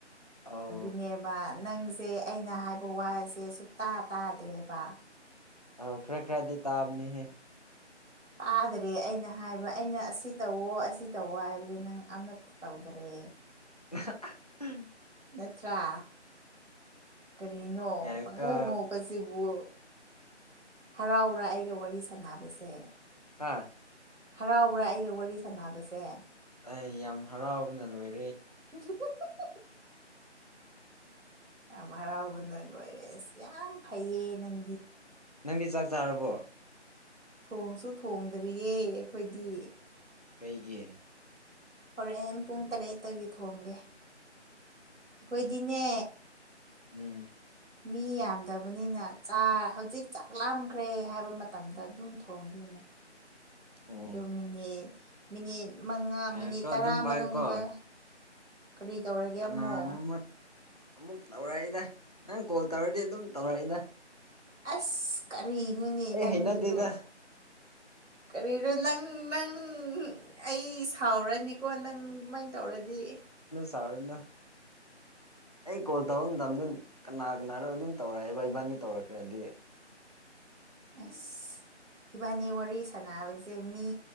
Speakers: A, on the left; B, on the right.
A: ꯑꯧ
B: ꯑꯗꯨꯅꯦꯕ ꯅꯪꯁꯦ ꯑꯩꯅ
A: ꯎꯝ
B: ꯍꯥꯏꯕ ꯋꯥꯁꯦ ꯁꯨꯇꯥ ꯇꯥꯗ꯭ꯔꯦꯕ
A: ꯑ ꯈꯔ ꯈꯔꯗꯤ ꯇꯥꯕꯅꯤꯍꯦ
B: ꯇꯥꯗ꯭ꯔꯦ ꯑꯩꯅ ꯍꯥꯏꯕ ꯑꯩꯅ ꯑꯁꯤ ꯇꯧꯋꯣ ꯑꯁꯤ ꯇꯧꯋ ꯍꯥꯏꯕꯁ ꯅꯪ ꯑꯃꯠꯇ ꯇꯧꯗꯔꯦ
A: ꯑ
B: ꯅꯠꯇ꯭ꯔꯥ ꯀꯔꯤꯅꯣ
A: ꯉꯥꯏꯌꯨꯀꯣ
B: ꯄꯪꯉꯧ ꯉꯣꯛꯄꯁꯤꯕꯨ ꯍꯔꯥꯎꯔꯥ ꯑꯩꯒ ꯋꯥꯔꯤ ꯁꯥꯟꯅꯕꯁꯦ
A: ꯍꯥꯥ
B: ꯍꯔꯥꯎꯕ꯭ꯔꯥ ꯑꯩꯒ ꯋꯥꯔꯤ ꯁꯥꯟꯅꯕꯁꯦ
A: ꯑꯩ ꯌꯥꯝ ꯍꯔꯥꯎꯕꯅ ꯂꯣꯏꯔꯦ
B: <unintelligible>
A: <unintelligible>
B: ꯌꯥꯝ ꯍꯔꯥꯎꯕꯅ ꯑꯣꯏꯔꯦ ꯑꯁ ꯌꯥꯝ ꯐꯩꯌꯦ ꯅꯪ
A: ꯅꯪꯗꯤ ꯆꯥꯛ ꯆꯥꯔꯕꯣ
B: ꯊꯣꯡꯁꯨ ꯊꯣꯡꯗ꯭ꯔꯤꯌꯦ ꯑꯩꯈꯣꯏꯗꯤ
A: ꯀꯩꯒꯤ
B: ꯍꯣꯔꯛ ꯑꯦꯝ ꯄꯨꯡ ꯇꯔꯦꯠꯇꯒꯤ ꯊꯣꯡꯒꯦ ꯑꯩꯈꯣꯏꯗꯤꯅꯦ
A: ꯎꯝ
B: ꯃꯤ ꯌꯥꯝꯗꯕꯅꯤꯅ ꯆꯥ ꯍꯧꯖꯤꯛ ꯆꯥꯛ ꯂꯥꯝꯈ꯭ꯔꯦ ꯍꯥꯏꯕ ꯃꯇꯝꯗ ꯑꯗꯨꯝ ꯊꯣꯡꯂꯤ
A: ꯑꯣ
B: ꯑꯗꯨ ꯃꯤꯅꯤꯠ ꯃꯤꯅꯤꯠ ꯃꯉꯥ
A: ꯉꯥꯏꯈꯣ
B: ꯃꯤꯅꯤꯠ ꯇꯔꯥ
A: ꯑꯗꯨꯝ ꯄꯥꯏꯌꯨꯀꯣ
B: ꯃꯅꯨꯡꯗ ꯀꯔꯤ ꯇꯧꯔꯒꯦ
A: ꯀꯅꯥꯅꯣꯃ
B: ꯑꯃꯃꯣ
A: ꯑꯃꯨꯛ ꯇꯧꯔꯛꯏꯗ ꯅꯪ ꯀꯣꯜ ꯇꯧꯔꯗꯤ ꯑꯗꯨꯝ ꯇꯧꯔꯛꯏꯗ
B: ꯑꯁ ꯀꯔꯤꯅꯣꯅꯦ
A: ꯑꯩ
B: ꯅꯪꯁꯨ
A: ꯍꯩꯅꯗꯦꯗ
B: ꯀꯔꯤꯅꯣ ꯅꯪ ꯅꯪ ꯑꯩ ꯁꯥꯎꯔꯅꯤꯀꯣ ꯅꯪ ꯀꯃꯥꯏꯅ ꯇꯧꯔꯗꯤ
A: ꯆꯥꯔꯅ ꯑꯩ ꯀꯣꯜ ꯇꯧꯕ ꯃꯇꯝꯗ ꯀꯅꯥ ꯀꯅꯥꯅꯣ ꯑꯗꯨꯝ ꯇꯧꯔꯛꯑꯦꯕ ꯏꯕꯥꯅꯤ ꯇꯧꯔꯛꯈ꯭ꯔꯗꯤ
B: ꯑꯁ ꯏꯕꯥꯅꯤ ꯋꯥꯔꯤ ꯁꯥꯟꯅꯕꯁꯦ ꯃꯤ